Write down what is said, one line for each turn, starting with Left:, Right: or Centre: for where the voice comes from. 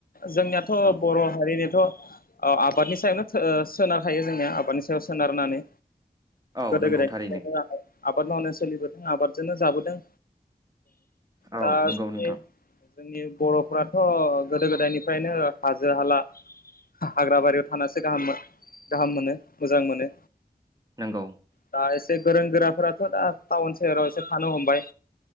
Left: जोंनियाथ
Right: औ
Left: बर' हारिनिथ औ आबादनि सायावनो सोनारखायो जोंनिया आबादनि सायाव सोनारनानै
Right: औ
Left: गोदो
Right: नंगौ
Left: गोदाय
Right: थारैनो
Left: आबाद मावनो सोलिबोदों आबादजोंनो जाबोदों
Right: औ
Left: दा
Right: नंगौ
Left: जोंनि
Right: नोंथां
Left: बर'फ्राथ' गोदो गोदायनिफ्रायनो हाजो हाला हाग्राबारियाव थानासो गाहाम गाहाम मोनो मोजां मोनो
Right: नोंगौ
Left: दा एसे गोरों गोराफोराथ' दा टाउन सोहोरावसो थानो हमबाय